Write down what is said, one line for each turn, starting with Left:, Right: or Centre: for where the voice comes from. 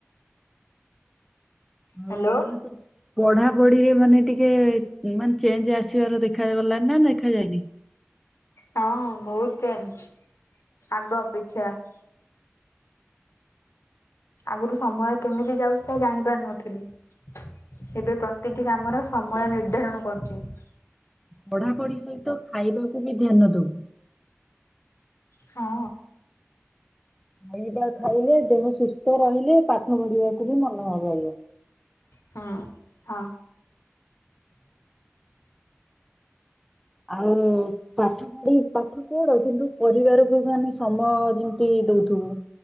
Centre: ହଉ
Left: ହାଲୋ
Centre: ମାନେ ତ ପଢା ପଢିରେ ମାନେ ଟିକେ ମାନେ ଚେଞ୍ଜ ଆସିବାର ଦେଖାଗଲାଣି ନା ଦେଖାାଯାଇଏନି?
Left: ହଁ ବହୁତ ଅଛି ଆଗ ଅପେକ୍ଷା । ଆଗରୁ ସମୟ କେମିତି ଯାଉଥିଲା ଜାଣି ପାରୁ ନଥିଲି । ଏବେ ପ୍ରତିଟି କାମର ସମୟ ନିର୍ଦ୍ଧାରଣ କରୁଛି ।
Centre: ପଢାପଢି ସହିତ ଖାଇବାକୁ ବି ଧ୍ୟାନ ଦବୁ?
Left: ହଁ।
Centre: ଖାଇବା ଖାଇଲେ ଦେହ ସୁସ୍ଥ ରହିଲେ ପାଠ ପଢିବାକୁ ବି ମନ ହବ।
Left: ହୁଁ ହଁ <inaudible>
Centre: ଆଉ ପାଠ ପଢି ପାଠ ପଢ କିନ୍ତୁ ପରିବାରକୁ ମାନେ ସମୟ ଯେମତି ଦଉଥିବା। ହୁଁ।